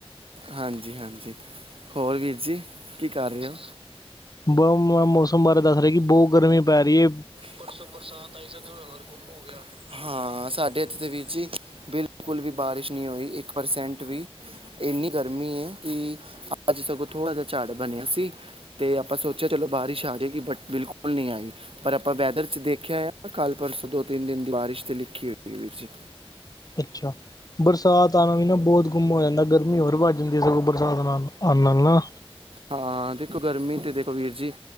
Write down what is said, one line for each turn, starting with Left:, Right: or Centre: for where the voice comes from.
Right: ਹਾਂਜੀ। ਜੀ, ਹਾਂਜੀ ਹੋਰ ਵੀਰ ਜੀ ਕੀ ਕਰ ਰਹੇ ਹੋ?
Left: ਮੌਸਮ, ਬਾਰੇ ਦੱਸ ਰਹੀ ਕਿ, ਬਹੁਤ ਗਰਮੀ ਪੈ ਰਹੀ ਏ।
Right: ਪਰਸੋ, ਬਰਸਾਤ ਆਈ ਸੀ। ਸਾਡੇ ਇਥੇ ਗੁਮ ਹੋ ਗਿਆ, ਹਾਂ ਸਾਡੇ ਇੱਥੇ ਤੇ ਵੀਰ ਜੀ, ਬਿਲਕੁਲ ਵੀ, ਬਾਰਿਸ਼ ਨਹੀਂ ਹੋਈ ਇੱਕ ਪਰਸੈਂਟ ਵੀ। ਇੰਨੀ ਗਰਮੀ ਹੈ, ਕਿ ਅੱਜ ਸਗੋਂ ਥੋੜਾ ਜਹਾ ਝੜ ਬਣਿਆ ਸੀ। ਤੇ ਆਪਾਂ ਸੋਚਿਆ। ਬਾਰਿਸ਼ ਆਵੇਗੀ, ਪਰ ਬਿਲਕੁਲ ਨਹੀਂ ਆਈ, ਪਰ ਆਪਾਂ ਵੈਦਰ ਤੁਸੀਂ, ਦੇਖਿਆ ਕੱਲ੍ਹ ਪਰਸੋਂ ਦੋ ਤਿੰਨ ਦਿਨ ਦੀ ਬਾਰਿਸ਼ ਤੇ ਲਿਖੀ, ਹੋਈ ਵੀਰ ਜੀ
Left: ਅੱਛਾ, ਬਰਸਾਤ ਆਣ ਨਾਲ ਨਾ, ਬਹੁਤ ਗੁੰਮ ਹੋ ਜਾਂਦਾ, ਗਰਮੀ ਹੋਰ ਵੱਧ ਜਾਂਦੀ ਸਗੋਂ ਬਰਸਾਤ ਨਾਲ। ਆਣ ਨਾਲ ਨਾ
Right: ਹਾ ਦੇਖੋ ਗਰਮੀ ਤੇ ਦੇਖੋ ਵੀਰ ਜੀ